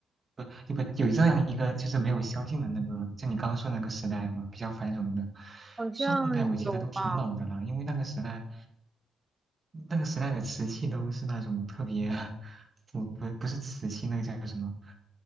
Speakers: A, on the right; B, on the right.
A: 不，不，有这样一个就是没有萧晋的那个，就你刚刚说那个时代吗？比较繁荣的。
B: 好像有吧。
A: 宋代我记得都挺老的了，因为那个时代那个时代的瓷器都是那种特别，<laughs> 不不不是瓷器，那个叫什么？